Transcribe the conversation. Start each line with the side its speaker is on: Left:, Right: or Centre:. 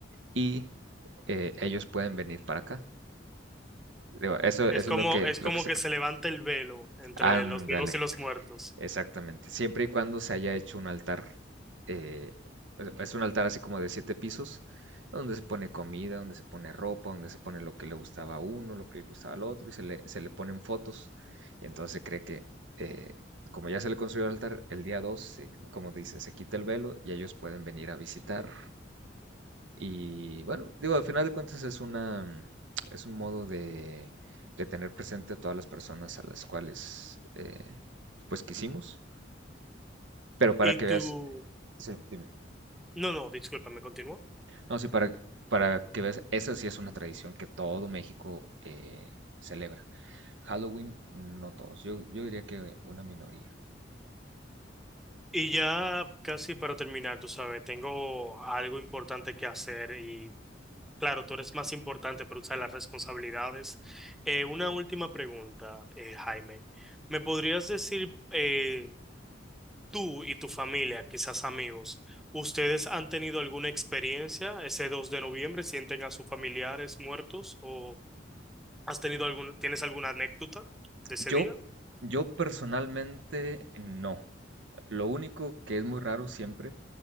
Right: y eh, ellos pueden venir para acá. Digo, eso, eso
Centre: Es
Right: es
Centre: como,
Right: lo que,
Centre: es
Right: lo
Centre: como
Right: que se
Centre: que
Right: cree.
Centre: se levanta el velo entre
Right: Ándale,
Centre: los vivos y los muertos.
Right: Exactamente. Siempre y cuando se haya hecho un altar. eh, es un altar así como de siete pisos, donde se pone comida, donde se pone ropa, donde se pone lo que le gustaba a uno, lo que le gustaba al otro, y se le, se le ponen fotos. Y entonces se cree que, eh, como ya se le construyó el altar, el día 2, como dice, se quita el velo y ellos pueden venir a visitar. Y bueno, digo, al final de cuentas es una, es un modo de, de tener presente a todas las personas a las cuales, eh, pues quisimos pero para
Centre: Y
Right: que
Centre: tú,
Right: veas, sí, dime.
Centre: no, no, discúlpame, continúa.
Right: No, sí, para, para que veas, esa sí es una tradición que todo México eh, celebra. Halloween, no todos. Yo, yo diría que una minoría.
Centre: Y ya casi para terminar, tú sabes, tengo algo importante que hacer y Claro, tú eres más importante para usar las responsabilidades. Eh, una última pregunta, eh, Jaime. ¿Me podrías decir, eh, tú y tu familia, quizás amigos, ¿ustedes han tenido alguna experiencia ese 2 de noviembre? ¿Sienten a sus familiares muertos? ¿O has tenido alguna, tienes alguna anécdota de ese
Right: Yo,
Centre: día?
Right: yo personalmente no. Lo único que es muy raro siempre